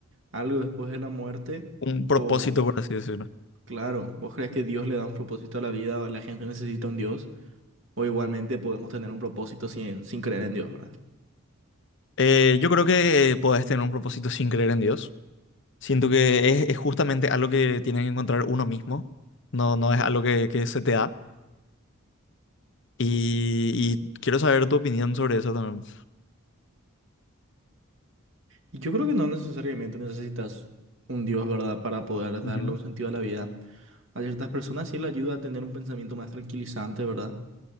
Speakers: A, on the right; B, on the left.
A: algo después de la muerte,
B: Un propósito,
A: o...
B: por así decirlo.
A: Claro, ¿vos crees que Dios le da un propósito a la vida o la gente necesita un Dios? O igualmente podemos tener un propósito sin, sin creer en Dios, ¿verdad?
B: Eh, yo creo que podés tener un propósito sin creer en Dios. Siento que es, es justamente algo que tiene que encontrar uno mismo. No, no es algo que, que se te da. Y, y quiero saber tu opinión sobre eso también.
A: Y yo creo que no necesariamente necesitas un Dios, ¿verdad? Para poder darle
B: Ujú.
A: un sentido a la vida. A ciertas personas sí le ayuda a tener un pensamiento más tranquilizante, ¿verdad?